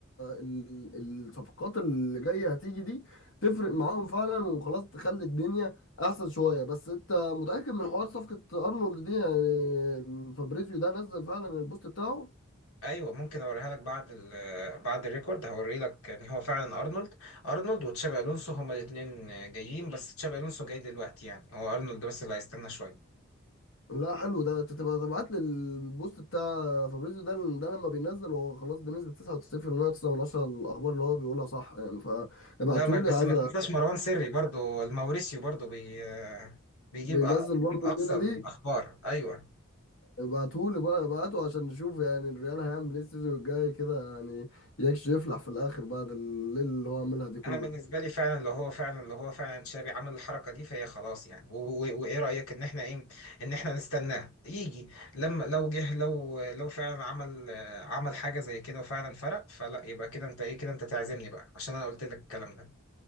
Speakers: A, on the left; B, on the left.
A: ال- الصفقات اللي جاية هتيجي دي تفرق معاهم فعلا وخلاص تخلي الدنيا احسن شويه بس انت متاكد من حوار صفقه ارنولد دي يعني فابريزيو ده نزل فعلا البوست بتاعه
B: ايوه ممكن اوريها لك بعد ال- بعد الريكورد هوري لك ان هو فعلا ارنولد ارنولد وتشابي الونسو هما الاثنين جايين بس تشابي الونسو جاي دلوقتي يعني هو ارنولد بس اللي هيستنى شويه
A: لا حلو ده انت تبقى تبعت لي البوست بتاع فابريزيو ده ده لما بينزل هو خلاص بنسبه 99.9 من عشرة الاخبار اللي هو بيقولها صح يعني فابعتولي
B: لا ما- بس
A: عايز
B: ما تنساش
A: أ-
B: مروان سري برضو الموريسيو برضو بي آه، بيجيب
A: بينزل
B: أ-
A: برضه
B: بيجيب اقصى
A: الليله
B: الاخبار
A: دي
B: ايوه
A: ابعتهولي بقى ابعته عشان نشوف يعني الريال هيعمل ايه السيزون الجاي كده يعني يكش يفلح في الاخر بعد الليله اللي هو عملها دي كلها
B: انا بالنسبه لي فعلا لو هو فعلا لو هو فعلا شابي عمل الحركه دي فهي خلاص يعني و- و- وايه رايك ان احنا ايه ان احنا نستناه يجي لما لو جه لو لو فعلا عمل آه، عمل حاجه زي كده وفعلا فرق فلا يبقى كده انت ايه كده انت تعزمني بقى عشان انا قلت لك الكلام ده